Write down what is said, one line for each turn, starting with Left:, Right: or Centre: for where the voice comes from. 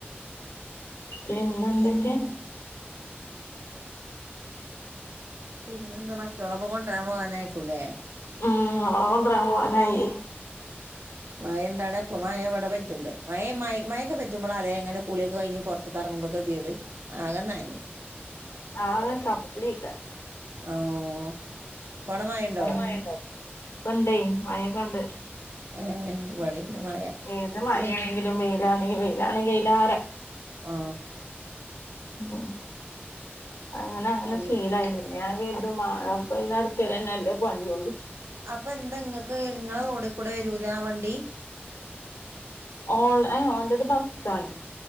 Left: പിന്നെ എന്തൊക്കെ
Right: പിന്നെ എന്ത്ാ മറ്റുള്ളവ കൊണ്ടുവരാൻ പോകാന ആക്കൂല്ലേ
Left: ഉം അവള കൊൊണ്ടരാൻ പോവാനായി
Right: മഴണ്ടാടെ അപ്പൊ മഴ എവിടെ വെച്ചുണ്ട് മ മയൊെ വെച്ചുമ്പോൾ അലെ എങ്ങനെൂളിയൊക്കെ കഴിഞ് പുറത്ത കറക്ക ങ്ങുമ്പൊക്കതിീട് ആകെ നാന്ി
Left: ആെ ചപ്പളിക്ക
Right: ആഹ് ഇപ്പവടെ മഴണ്ടോ
Left: മണ്ട കണ്ടേ മഴൊക്കണ്ട്
Right: ഏർ വടുണ്ട് മായ
Left: ഏത്
Right: ഇച്ചു
Left: മഴയാണെങ്കിലും
Right: പിന്നെ
Left: വെയിലാണെങ്കി വെയിലാണെങ്കി അയിലേറെ
Right: ഓ
Left: ഉഹ അങ്ങനെ അങ്ങനെ
Right: കുളി
Left: ശീലായി നിന്നൊ കരുതു മാറ ഇ നടുത്തരെ നല്ലേ പണിയള്ളു
Right: അപ്പൊ എന്താ നിങ്ങൾക്ക് ഇങ്ങളെ ടെ കൂടെ വരൂല വണ്ടി
Left: ഓൺ ഓന്റെത് ബസ്റ്റാണ്